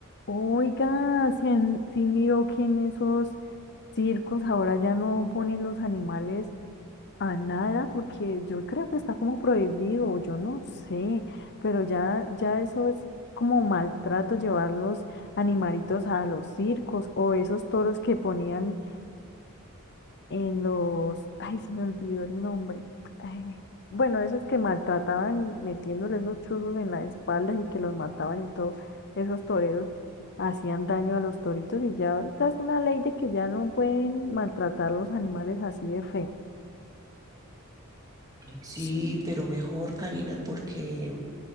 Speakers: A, on the left; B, on the right.
A: Oiga, si, en- si miró que en esos circos ahora ya no ponen los animales a nada, porque yo creo que está como prohibido, yo no sé, pero ya, ya eso es como maltrato llevar los animalitos a los circos o esos toros que ponían en los, ay, se me olvidó el nombre. Ay, bueno, esos que maltrataban metiéndole esos chuzos en las espaldas y que los mataban y todo, esos toreros hacían daño a los toritos y ya ahorita es una ley de que ya no pueden maltratar los animales así de feo.
B: Sí,
A: Sí,
B: pero mejor, Karina, porque